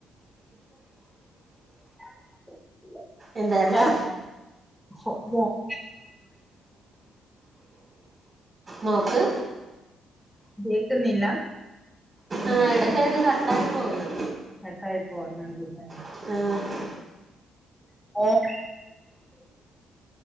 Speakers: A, in the centre; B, on the right.
A: <unintelligible>
B: എന്തായിരുന്നു
A: <inaudible> <unintelligible>
B: നോക്ക്
A: കേക്കുന്നില്ല
B: ആ എടക്കിടക്ക് കട്ടായി പോകുന്നു.
A: കട്ടായി പോവ്ന്ന്ണ്ട്ലെ?
B: ആ
A: <unintelligible>